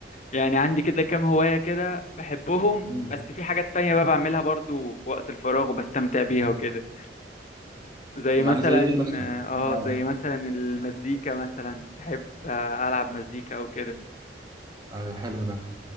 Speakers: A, on the left (about 40°); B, on the right (about 20°).
A: يعني عندي كده كام هوايه كده بحبهم
B: مم.
A: بس في حاجات تانية بقى بعملها برضو في وقت الفراغ وبستمتع بيها وكده زي
B: يعني
A: مثلا
B: زي ايه مثلا
A: اه
B: اه
A: زي مثلا المزيكا مثلا بحب آه، العب مزيكا او كده
B: أيوة، حلو ده